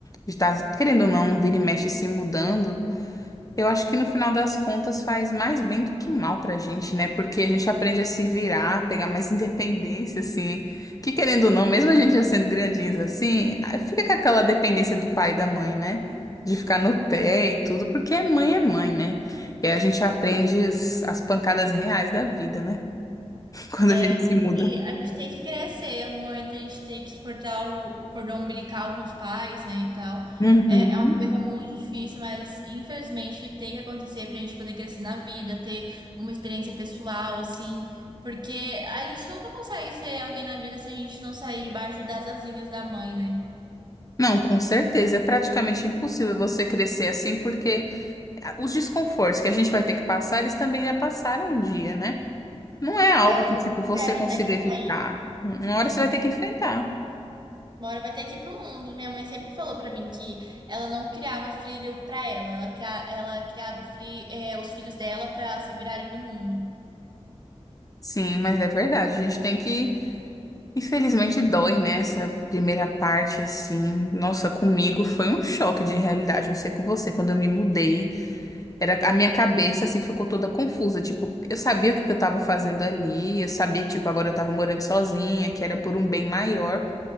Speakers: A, on the left; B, on the right.
A: de estar, querendo ou não, vira e mexe se mudando. Eu acho que no final das contas faz mais bem do que mal pra gente, né? Porque a gente aprende a se virar, a pegar mais independência, assim. Que querendo ou não, mesmo a gente já sendo grandinhos assim, ah, fica com aquela dependência do pai e da mãe, né? De ficar no pé e tudo, porque mãe é mãe, né? E aí a gente aprende as as pancadas reais da vida, né? <laughs> Quando
B: É,
A: a gente
B: a gente,
A: se muda.
B: a gente tem que crescer, um momento a gente tem que cortar o, o cordão umbilical com os pais, né, e tal.
A: Uhum.
B: É, é uma coisa muito difícil, mas infelizmente tem que acontecer pra gente poder crescer na vida, ter uma experiência pessoal, assim, porque a gente nunca consegue ser alguém na vida se a gente não sair debaixo das asinhas da mãe, né?
A: Não, com certeza. É praticamente impossível você crescer assim, porque ah, os desconfortos que a gente vai ter que passar, eles também já passaram um dia, né? Não é algo
B: É,
A: que,
B: já
A: tipo, você
B: tiveram,
A: consiga
B: né, que
A: evitar.
B: sair.
A: Um, Uma hora você vai ter que enfrentar.
B: Uma hora vai ter que ir pro mundo. Minha mãe sempre falou pra mim que ela não criava filho pra ela, ela, cria- ela criava fri- é, os filhos dela pra se virarem no mundo.
A: Sim, mas é verdade. A gente tem que. Infelizmente, dói, né? Essa primeira parte, assim. Nossa, comigo foi um choque de realidade. Não sei com você. Quando eu me mudei, era... a minha cabeça, assim, ficou toda confusa. Tipo, eu sabia o que que eu tava fazendo ali. Eu sabia que, tipo, agora eu tava morando sozinha, que era por um bem maior.